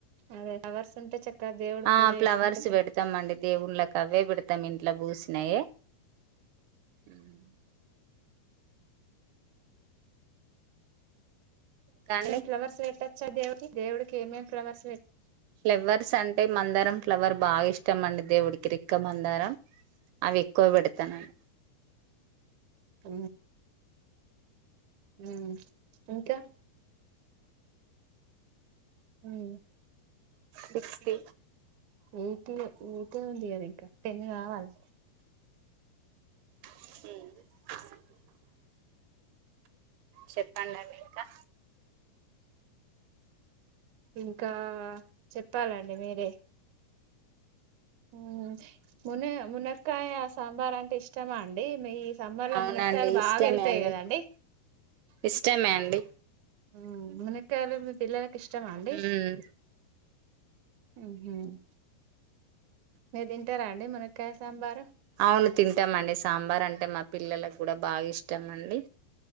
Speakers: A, on the right (about 65°); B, on the right (about 80°).
A: అదే ఫ్లవర్స్ ఉంటే చక్కగా దేవుడు
B: ఆ
A: పూజ
B: ఫ్లవర్స్
A: చేసుకుంటే తృప్తి
B: పెడతాంమండి దేవుళ్ళ కవ్వే పేడతామం ఇన్ అట్లా పూసినాయ ఉమ్ ఆ ఇంకా అండి
A: అ ఏం ఫ్లవర్స్ వేట్ వచ్చ దేడికి దేవుడికి ఏమమి ఫ్లర్స్
B: ఫ్లవర్స్ అంటే మందర ఫ్లవర్ బాగా ఇష్ ష్టమండి దేవుడికి రిక్కమందారం అవి ఎక్కువ పెడతానుని
A: అ ఉ ఇంకా హమ్ ఎయిటి
B: సిక్స్టీ
A: ఎయిటి ఏ ఉంది ఇంకా టెన్ కావలె
B: ఉమ్ చెప్పండిఅండి ఇంకా
A: ఇంకా చెప్పాలండి మీరే అవునా మున మునక్కాయ సాంబార్ అంటే ఇష్టమా అండి మీ సమ్మర్ లో
B: అవునండి
A: మునక్కయలు బాగా
B: ఇష్టమే
A: వెళ్తాయి
B: అండి
A: కదండి
B: ఇష్టమే అండి
A: ఉమ్ మునక్కాయలు మీ పిల్లల ఇష్టమాండి
B: ఉమ్
A: ఉమ్ హమ్ మీరు తింటార అండి మునక్కాయ సాంబారు
B: అవును తింటామండి సాంబార్ అంటే మా పిల్లలకు కూడా బాగా ఇష్ ష్టమండి